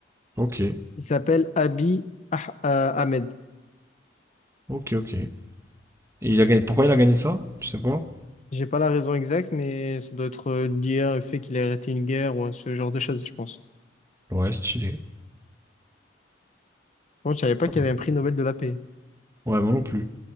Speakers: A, on the right; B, on the left.
A: Ok,
B: Il s'appelle Abiy Ah- euh, Ahmed.
A: ok, ok. Et il a gagné... Pourquoi il a gagné ça? Je sais pas.
B: J'ai pas la raison exacte, mais ça doit être euh, lié au fait qu'il a arrêté une guerre ou ce genre de choses, je pense.
A: Ouais, stylé.
B: Bon, je savais pas
A: Pas
B: qu'il
A: mal.
B: y avait un prix Nobel de la paix.
A: Ouais, moi non plus.